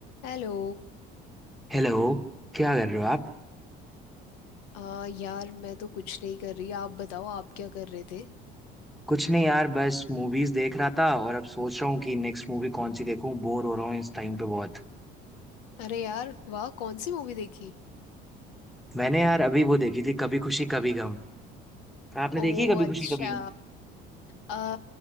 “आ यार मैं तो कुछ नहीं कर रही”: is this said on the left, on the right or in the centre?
Left